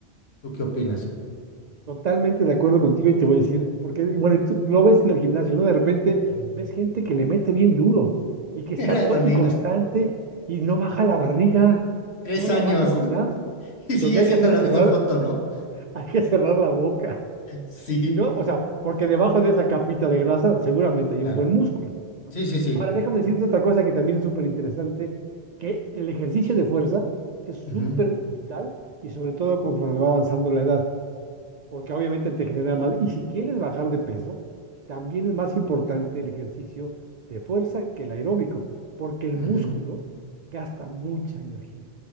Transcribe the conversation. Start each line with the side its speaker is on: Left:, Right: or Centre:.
Left: ¿Tú qué opinas? Ujú.
Right: Totalmente de acuerdo contigo y te voy a decir, porque, y bueno, y tú lo ves en el gimnasio, ¿no? De repente
Left: <laughs>
Right: ves gente que le mete bien duro y que está
Left: Era
Right: to-
Left: donde
Right: y constante
Left: iba.
Right: y no baja la barriga,
Left: Tres
Right: no la
Left: años.
Right: baja con
Left: <laughs>
Right: nada.
Left: Y sigue
Right: Lo que hay
Left: siendo
Right: que hacer
Left: la
Right: es
Left: misma
Right: cerrar,
Left: foto,
Right: <laughs>
Left: ¿no?
Right: hay que cerrar la boca
Left: Sí,
Right: Si no, o sea, porque debajo de esa capita de grasa seguramente hay
Left: claro.
Right: un buen músculo, ¿no?
Left: Sí, sí, sí.
Right: Ahora, déjame decirte otra cosa que también es súper interesante, que el ejercicio de fuerza es súper
Left: Ujú,
Right: vital y sobre todo conforme va avanzando la edad, porque obviamente te genera más. Y si quieres bajar de peso, también es más importante el ejercicio de fuerza que el aeróbico, porque el
Left: ujú.
Right: músculo gasta mucha energía,